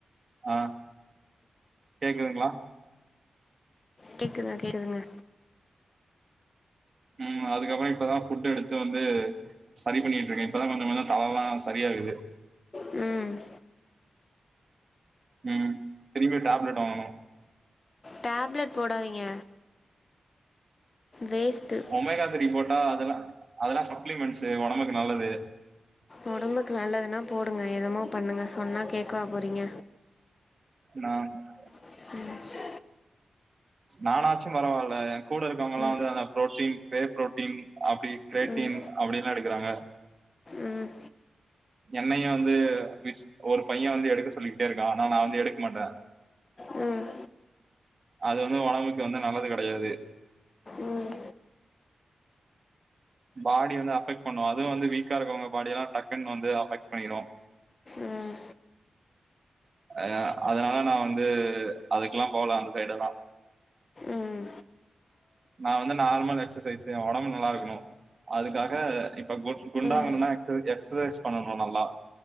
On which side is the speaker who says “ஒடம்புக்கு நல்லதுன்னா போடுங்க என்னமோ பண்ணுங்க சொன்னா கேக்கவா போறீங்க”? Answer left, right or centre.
Left